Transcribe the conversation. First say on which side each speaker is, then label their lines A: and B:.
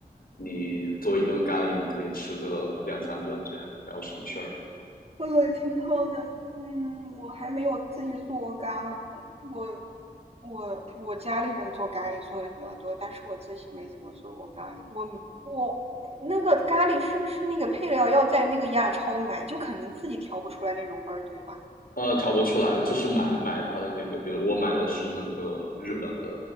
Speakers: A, on the left; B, on the right.
A: 你做一顿咖喱，你可以吃个两三顿这样，比较省事儿。
B: 喝了挺好的，嗯，我还没有自己做咖喱呢。我我我家里人做咖喱做的比较多，但是我自己没怎么做过咖喱。我我那个咖喱是不是那个配料要在那个亚超买，就肯定自己调不出来那种味儿，对吧？
A: 呃，调不出来，就是买买它的那个，比如我买的是那个日本的